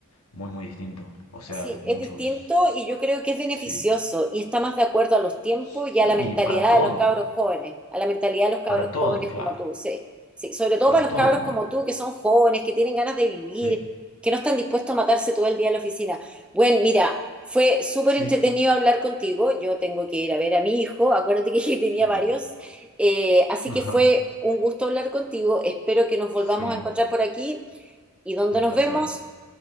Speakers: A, on the left; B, in the centre.
A: muy, muy distinto. O sea,
B: Sí,
A: muchos,
B: es distinto y yo creo que es beneficioso
A: sí,
B: y está más de acuerdo a los tiempos
A: sí,
B: y a la mentalidad
A: para todos,
B: de los cabros jóvenes, a la mentalidad de los cabros
A: para todos,
B: jóvenes
A: claro,
B: como tú, sí. Sí, sobre todo
A: para
B: para los
A: todos,
B: cabros
A: porque,
B: como tú, que son jóvenes, que tienen ganas de vivir,
A: sí,
B: que no están dispuestos a matarse todo el día en la oficina. Bueno, mira, fue súper
A: sí,
B: entretenido hablar contigo. Yo tengo que ir a ver a mi hijo, acuérdate que <laughs> tenía
A: sí.
B: varios. Eh, así
A: <laughs>
B: que fue un gusto hablar contigo. Espero que nos volvamos
A: Sí,
B: a encontrar por aquí y donde
A: un
B: nos
A: placer.
B: vemos,